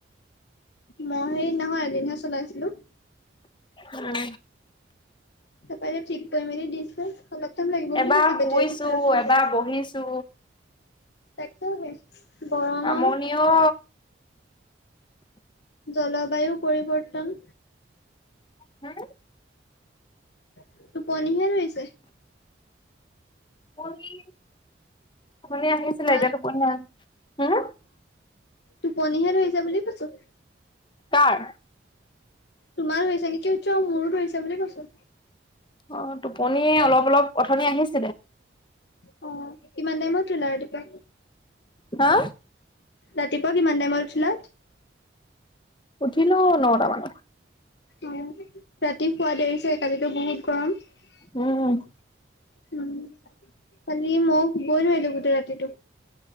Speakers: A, on the left; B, on the left.
A: মই এদিনা খন এদিন হে চলাইছিলো।
B: উম,
A: তাৰ পা এতিয়া ঠিক কৰি মেলি দিছোঁ অলপ টাইম লাগিব
B: এবাৰ
A: বুলি কৈছে,
B: শুইছো
A: বেটৰী চাৰ্জ
B: এবাৰ বহিছো
A: তাকেই হে গৰম
B: আমনি
A: আও।
B: অ
A: জলবায়ু পৰিৱৰ্তন।
B: হম
A: টোপনিহে ধৰিছে।
B: আপুনি উথনি আহিছিলে,
A: হা
B: এতিয়া টোপনি নাই, হম
A: টোপনীহে ধৰিছে বুলি কৈছোঁ।
B: কাৰ?
A: তোমাৰ ধৰিছে নেকি সুধিছোঁ, মোৰো ধৰি হৈছে বুলি কৈছোঁ।
B: অ', টোপনি অলপ, অলপ উথনি আহিছে।
A: অ', কিমান টাইমত উঠিলা ৰাতিপুৱা?
B: হা।
A: ৰাতিপুৱা কিমান টাইমত উঠিলা?
B: উঠিলো নটা মানত।
A: অ', ৰাতি শুৱা দেৰি চাগে কালিতো বহুত গৰম।
B: উম
A: উম, কালি মোৰ টোপনিয়েই নধৰিলে গোটেই ৰাতিটো।